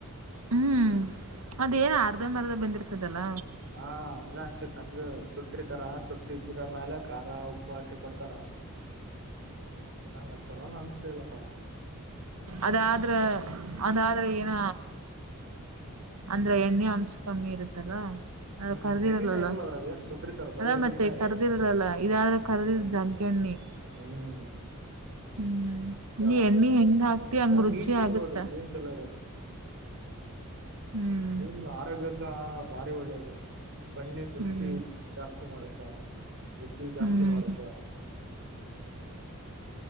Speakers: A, on the right; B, on the right.
A: ಹ್ಮ್ ಅದೇಏನ ಅರ್ಧ ಮರ್ದ ಬಂದಿರ್ತದಲ್ಲ
B: ಹ ಹಂಗ ಅನ್ಸತ್ ನಂಗ ಸುಟ್ಟಿರ್ತಾರ ಸುಟ್ಟಿದ್ರ ಮ್ಯಾಲ ಖಾರ ಉಪ್ಪ ಹಾಕಿ ಕೊಡ್ತಾರ
A: ಹ
B: ನಾಂಗ ಅಚ್ಚಲ್ಲ ಅನ್ಸಿದಲ್ಲಪ್ಪ
A: ಅದಾದ್ರ ಅದಾದ್ರೆ ಏನ
B: ಹ್ಮ್
A: ಅಂದ್ರೆ ಎಣ್ಣೆ ಅಂಶ ಕಮ್ಮಿ ಇರುತ್ತಲ್ಲ ಅಂದ್ರೆ
B: ಹ್ಮ್
A: ಕರ್ದಿರಲ್ಲಲ್ಲ
B: ಎಣ್ಣಿನ ಇರಲ್ಲ ಅದ್ರಾಗ ಏನ್ ಸುಟ್ಟಿರ್ತಾರ ಬರೀ
A: ಅದಾ
B: ಎಣ್ಣಿನ
A: ಮತ್ತೆ ಕರ್ದಿರಲ್ಲಲ್ಲ
B: ಎ-
A: ಇದಾದ್ರೂ ಕರ್ದಿರ್
B: ಹ್ಮ್
A: ಜಗ್ಗೆಣ್ಣಿ
B: ಹ್ಮ್
A: ಹ್ಮ್
B: ಈಗ
A: ನೀ ಎಣ್ಣಿ ಹೆಂಗ್ ಹಾಕ್ತಿ ಹಂಗ
B: ಇನ್ನ
A: ರುಚಿ
B: ಮೀನ್ ತಿನ್ಬೋದು
A: ಆಗತ್ತ
B: ಮೀನ್ ಚಲೋ
A: ಹ್ಮ್
B: ನೀನ್ ಆರೋಗ್ಯಕ ಭಾರಿ ಒಳ್ಳೇದು ಕಣ್ಣಿನ ದೃಷ್ಟಿ
A: ಹ್ಮ್
B: ಜಾಸ್ತಿ ಮಾಡೋದು. ಬುದ್ಧಿ ಜಾಸ್ತಿ
A: ಹ್ಮ್
B: ಮಾಡುದ